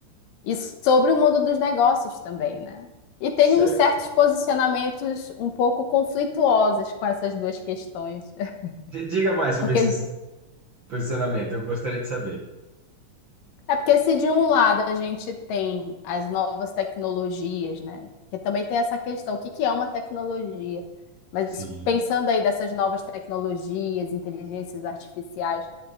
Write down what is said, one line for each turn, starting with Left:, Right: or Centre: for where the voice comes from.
Left: E sobre o mundo dos negócios também, né? E tem
Right: Certo.
Left: uns certos posicionamentos um pouco conflituosos com essas duas questões. <laughs>
Right: D- Diga mais sobre
Left: Porque
Right: esse posicionamento, eu gostaria de saber.
Left: é porque se de um lado a gente tem as novas tecnologias, né? Porque também tem essa questão, o que que é uma tecnologia? Mas
Right: Sim.
Left: pensando aí dessas novas tecnologias, inteligências artificiais,